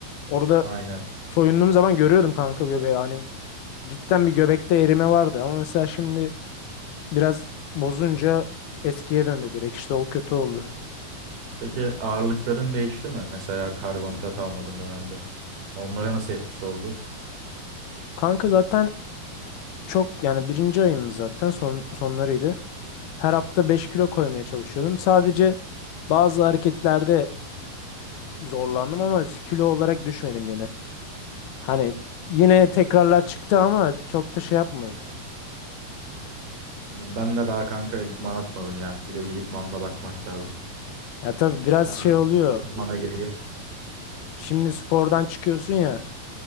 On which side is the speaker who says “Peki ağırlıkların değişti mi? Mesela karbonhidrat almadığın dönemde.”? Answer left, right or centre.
Right